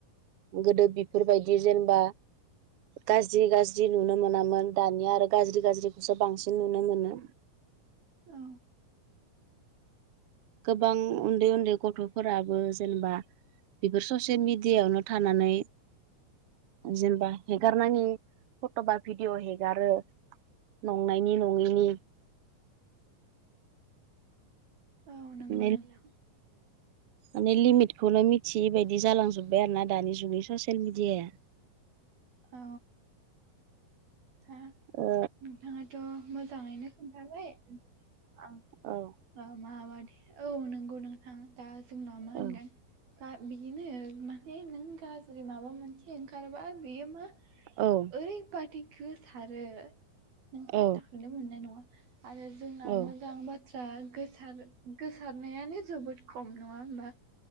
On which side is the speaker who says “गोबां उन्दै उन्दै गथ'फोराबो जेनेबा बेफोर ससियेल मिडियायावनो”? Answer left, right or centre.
Right